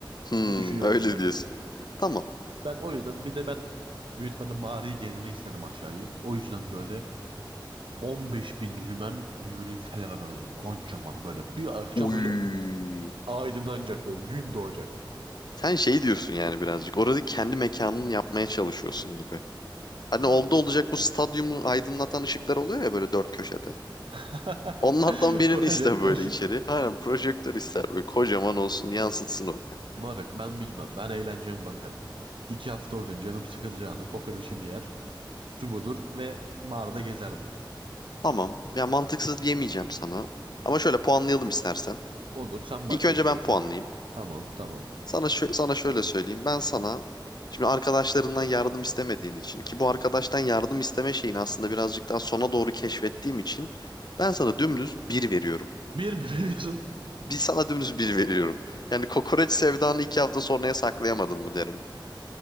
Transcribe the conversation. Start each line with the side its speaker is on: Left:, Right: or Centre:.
Left: Hmm,
Right: gibi düşünüyorum
Left: öyle
Right: ben.
Left: diyorsun. Tamam.
Right: Ben o yüzden bir de ben büyük ihtimalle mağarayı gezmek isterim aşağıyı. O yüzden böyle 15 bin lümen bir böyle fener alırdım kocaman böyle bir akşam
Left: Uy.
Right: böyle aydınlanacak böyle gün doğacak.
Left: Sen şey diyorsun yani birazcık. Orada kendi mekanını yapmaya çalışıyorsun gibi. Hani
Right: Ay.
Left: oldu olacak bu stadyumu aydınlatan ışıklar oluyor ya böyle dört köşede.
Right: <laughs>
Left: Onlardan birini
Right: Projektör.
Left: iste böyle içeri. Aynen projektör ister böyle kocaman olsun yansıtsın onu.
Right: Moruk ben bilmem. Ben eğlenceye bakarım. İki hafta oradayım. Canım sıkılacağına kokoreçimi yer. Su bulur ve barda gezerdim.
Left: Tamam. Ya mantıksız diyemeyeceğim sana. Ama şöyle puanlayalım istersen.
Right: Olur sen başla
Left: İlk önce
Right: istiyorsan.
Left: ben puanlayayım.
Right: Tamam tamam.
Left: Sana şö- sana şöyle söyleyeyim. Ben sana şimdi arkadaşlarından yardım istemediğin için ki bu arkadaştan yardım isteme şeyini aslında birazcık daha sona doğru keşfettiğim için ben sana dümdüz bir veriyorum.
Right: Bir <laughs> mi veriyorsun?
Left: Bir sana dümdüz bir veriyorum. Yani kokoreç sevdanı iki hafta sonraya saklayamadın mı derim.